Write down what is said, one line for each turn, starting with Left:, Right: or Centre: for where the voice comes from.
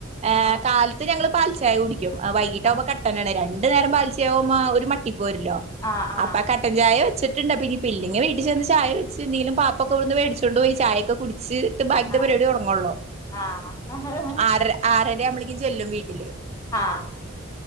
Right: ഏഹ്
Left: ആഹ്
Right: കാലത്ത് ഞങ്ങള് പാൽ ചായ കുടിക് അ വൈയ്യിട്ടാവുമ്പൊ
Left: ആഹ്
Right: കട്ടനാണെ രണ്ടു നേരം പാലിച്ചയാവുമ്പ ഒരു മട്ടി പോരില്ലോ
Left: ആഹ് ആഹ്
Right: അപ്പ കട്ടൻ ചായ ചെട്ടുണ്ട പിരി പില്ലെങ്കി വീട്ടിൽ ചെന്ന് ചായ വെച്ച് ന്തെങ്കിലും പാപ്പൊക്കെവിടുന്ന് മേടിച്ചൊണ്ട് പോയി ചായൊക്കെ കുടിച്ച് ബാക് ത്തെ
Left: ആഹ്
Right: പരിപാടി തുടങ്ങുള്ളൂ
Left: ആഹ്
Right: ആറര ആറര ആവുമ്പോളേക്കും ചെല്ലും വീട്ടില്
Left: ആഹ്